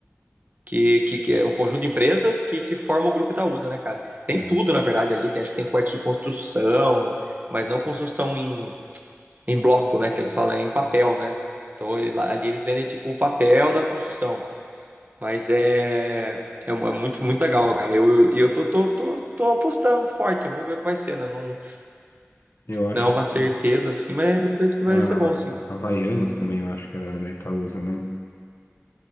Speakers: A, on the right; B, on the left.
A: que, que, que é um conjunto de empresas que, que forma o Grupo Itaúsa, né, cara? Tem
B: é.
A: tudo, na verdade, ali. Tem, acho que tem parte de construção, mas não construção em em bloco, né? Que eles falam é em papel, né? Então ali eles vendem tipo o papel da construção. Mas é, é, é muito, muito legal, cara. E Eu, eu, eu tô, tô, tô, tô apostando forte, vamos ver o que vai ser, né? Não,
B: Eu acho
A: não é uma
B: que
A: certeza
B: eu-
A: assim, mas eu penso que vai
B: a
A: ser bom, sim.
B: a Havaianas também, eu acho que é da da Itaúsa, né?